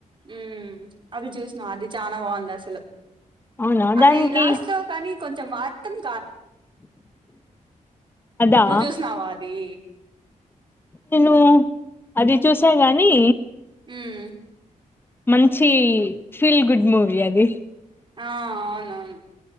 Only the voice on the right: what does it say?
మ్ అది చూసిన అది చానా బాగుంది అసలు
అది
లాస్ట్ లో కానీ కొంచెం వాడ్తామ్
నువ్వు చూసినావా అది
ఊమ్
ఆ అవునవును